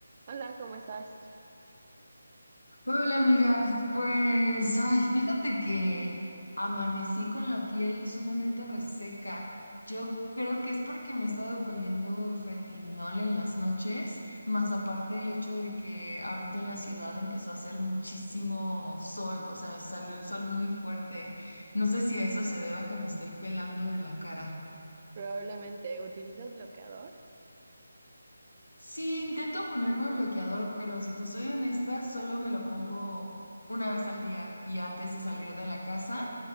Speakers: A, on the right (about 35°); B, on the left (about 85°).
A: Hola, ¿cómo estás?
B: Hola amiga, pues ay, fíjate que amanecí con la piel sumamente reseca. Yo creo que es porque me he estado poniendo retinol en las noches, más aparte el hecho de que ahorita en la ciudad empezó a hacer muchísimo sol, o sea, salió el sol muy fuerte. No sé si a eso se deba que me estoy pelando de la cara.
A: Probablemente utilizas bloqueador.
B: Sí, intento ponerme bloqueador, pero si te soy honesta, solo me lo pongo una vez al día y antes de salir de la casa.